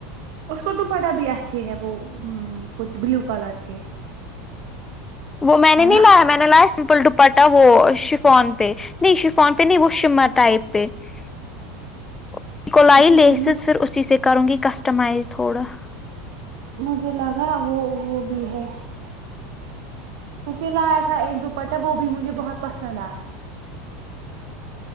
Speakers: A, on the right; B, on the left.
A: اس کو دوپٹہ بھی اچھے ہے وہ کچھ بلیو کلر کے <unintelligible>
B: وہ میں نے
A: ہے
B: نہیں
A: نا
B: لایا میں نے لایا سمپل پٹا وہ شفون پہ نہیں شفون پہ نہیں وہ شما ٹائپ پہ <unintelligible> سک لائی
A: اچھا
B: لیسز
A: ٹھیک
B: پھر اسی سے کروں گی کسٹمائز <unintelligible> تھوڑا <unintelligible>
A: مجھے لگا وہ وہ بھی ہے اس نے لایا تھا ایک دوپٹہ وہ بھی مجھے بہت پسند آیا <unintelligible>